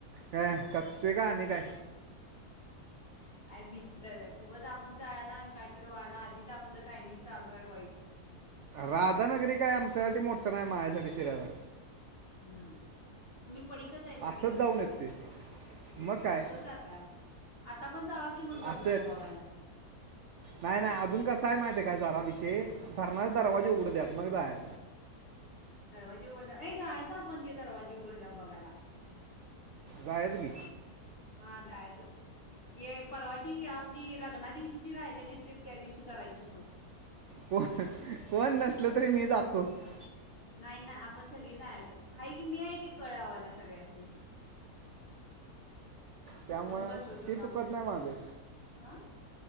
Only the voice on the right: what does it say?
हां, खचतोय का आणि काय?
राधानगरी काय आमच्यासाठीठी मोठं नाही माझ्यासाठी फिरायला.
असंच
जाऊन येते
मग काय
असंच
नाही नाही अजून कस आहे माहित आहे काय जरा विषयी? धरणाचे दरवाजे
उघडू द्यात मग जाया
जायचं की.
कोण कोण नसल तरी मी जातोच.
त्यामुळं
ते चुकत
नाही माझं